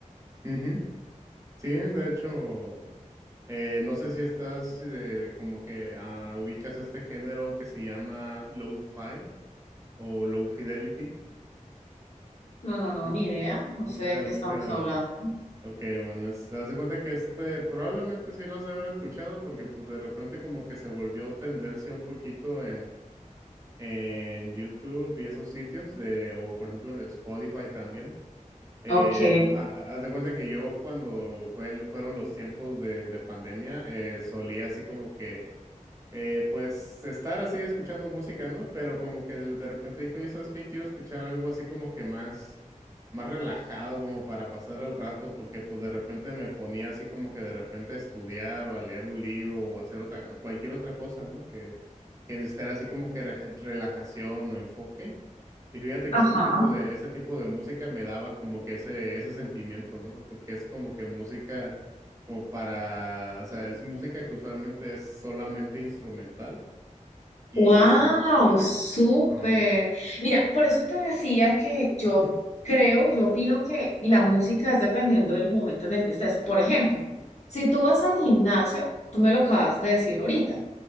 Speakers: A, on the right; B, on the left.
A: Ujú. Sí, de hecho, eh, no sé si estás eh, como que ah, ubicas este género que se llama lo-fi o low fidelity.
B: No, no, no,
A: Nun-
B: ni idea. No
A: Nunca,
B: sé de qué
A: nunca.
B: estamos hablando.
A: <laughs> Ok, bueno, es- haz de cuenta que este probablemente sí los has de haber escuchado porque pues de repente como que se volvió tendencia un poquito en YouTube y esos sitios de, o por ejemplo en Spotify también. Eh,
B: Ok,
A: ma- haz de cuenta que yo cuando fue el- fueron los tiempos de, de pandemia, eh, solía así como que eh, pues estar así escuchando música, ¿no? Pero como que de de repente dijo, oye, ¿sabes qué? Quiero escuchar algo así como que más, más relajado, como para pasar el rato, porque pues de repente me ponía así como que de repente a estudiar o a leer un libro o a hacer otra, cualquier otra cosa, ¿no? Que, que necesitara así como que reja- relajación o enfoque. Y fíjate
B: ajá.
A: que este tipo de, este tipo de música me daba como que ese, ese sentimiento, ¿no? Porque es como que música como para, o sea, es música que usualmente es solamente instrumental y
B: Wow,
A: son así,
B: súper.
A: y son, eh,
B: Mira, por eso te decía que yo
A: ujú,
B: creo, yo opino que la música es dependiendo del momento en el que estés. Por ejemplo, si tú vas al gimnasio, tú me lo acabas de decir ahorita.